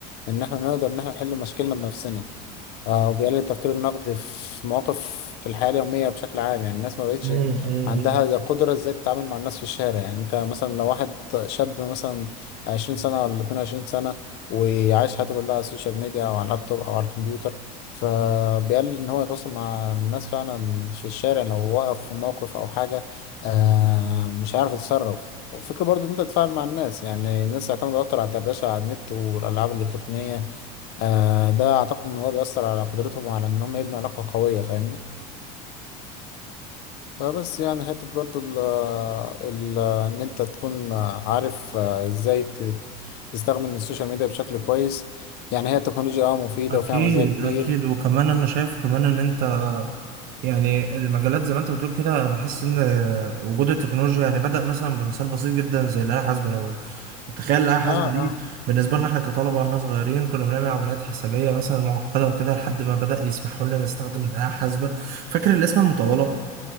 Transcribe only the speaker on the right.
امم
اكيد
اكيد وكمان انا شايف كمان ان انت يعني المجالات زي ما انت بتقول كده انا بحس ان وجود التكنولوجيا يعني بدأ مثلا بمثال بسيط جدا زي الآلة الحاسبة لو تخيل الآلة الحاسبة
دي
بالنسبة لنا احنا كطلبة واحنا صغيرين كنا بنعمل عمليات حسابية مثلا معقدة وكده لحد ما بدأ يسمحوا لنا نستخدم الآلة الحاسبة فاكر الاسم المطولة